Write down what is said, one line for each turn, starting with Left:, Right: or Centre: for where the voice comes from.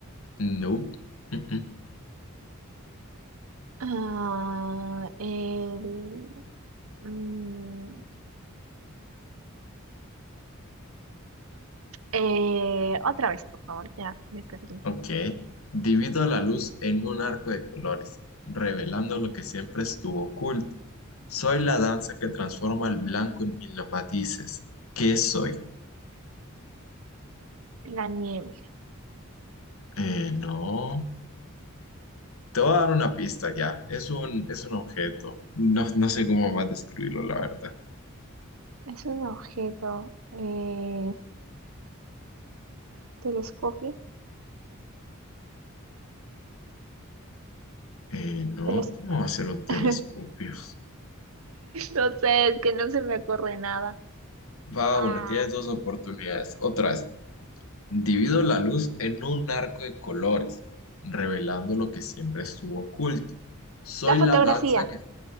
Left: No. Mm-mm.
Right: Ah, el, mm, eh, otra vez, por favor, ya me perdí.
Left: Ok. Divido la luz en un arco de colores, revelando lo que siempre estuvo oculto. Soy la danza que transforma el blanco en mil matices. ¿Qué soy?
Right: La niebla.
Left: Eh, no. Te voy a dar una pista ya. Es un, es un objeto. No, no sé cómo más describirlo, la verdad.
Right: Es un objeto. eh, telescopio.
Left: Eh, no,
Right: teles-
Left: ¿cómo va a ser un telescopio?
Right: <laughs> No sé, es que no se me ocurre nada.
Left: Va,
Right: Ah,
Left: una, tienes dos oportunidades. Otras, divido la luz en un arco de colores, revelando lo que siempre estuvo oculto. Soy
Right: La fotografía.
Left: la danza que...